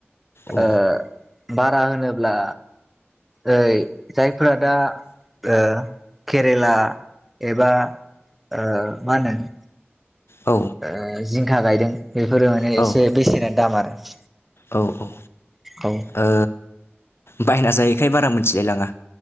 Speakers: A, on the left; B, in the centre.
A: औ
B: ओ बारा होनोब्ला ओय जाय फोरा दा ओ केरेला एबा ओ मा होनदों?
A: औ
B: आ जिंखा गायदों बेफोरो माने
A: औ
B: एसे बेसेना दाम आरो। <inaudible>
A: औ औ
B: औ
A: ओ बायना जायैखाय बारा मिथिलाय लाङा।